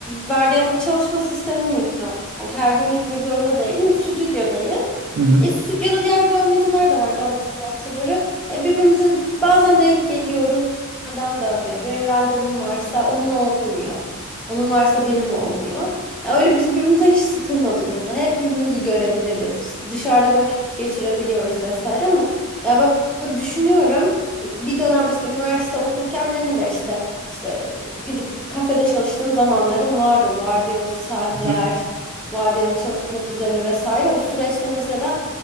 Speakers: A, in the centre; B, on the right.
A: vardiyalı bir çalışma sistemim yok. Her gün gitmek zorunda değilim. Bir Stüdyodayım.
B: Hı hı.
A: E, stüdyoda diğer dövmeciler de var, dövme sanatçıları. E, birbirimize bazen denk geliyoruz. Neden dövmeye? Benim randevum varsa onun olmuyor. Onun varsa benim olmuyor. E, öyle biz birbirimize hiç sıkılmadık mesela. Hep birbirimizi görebiliriz. İşte dışarıda vakit geçirebiliyoruz vesaire ama ya ben düşünüyorum. E, Bir dönem işte üniversite okurken benim de işte işte gidip kafede çalıştığım zamanlarım vardı. O vardiyalı saatler,
B: Hı hı.
A: vardiyalı çalışma düzeni vesaire. O süreçte mesela